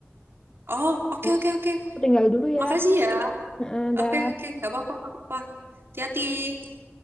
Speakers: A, on the right; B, on the left.
A: Oh, oke,
B: Ya,
A: oke, oke.
B: Aku tinggal dulu
A: Makasih
B: ya.
A: ya.
B: Heeh,
A: Oke,
B: dah.
A: oke, nggak apa-apa, nggak apa-apa. Hati-hati.